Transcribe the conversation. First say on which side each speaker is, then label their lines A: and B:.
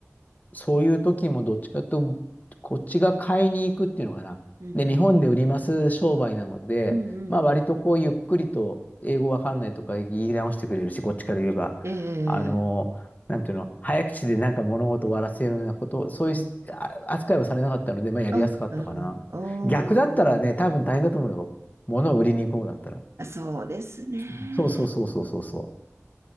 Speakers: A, on the left (about 35°); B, on the right (about 65°).
A: そういう時もどっちかというと、こっちが買いに行くっていうのかな。
B: うんうん。
A: で、日本で売ります商売なので、
B: うんうんうん。
A: まあ割とこうゆっくりと英語わかんないとか言い直してくれるし、こっちから言えば、
B: ええ
A: あの、なんていうの、早口でなんか物事を終わらせるようなこと、そういうしあ扱いはされなかったので、
B: うん
A: まあやりやすかったかな。
B: あ、なるほど。おー、
A: 逆だったらね、
B: なるほど。
A: 多分大変だと思うよ。物を売りに行こうだったら。
B: あそうですね。
A: うんそうそうそうそうそうそう。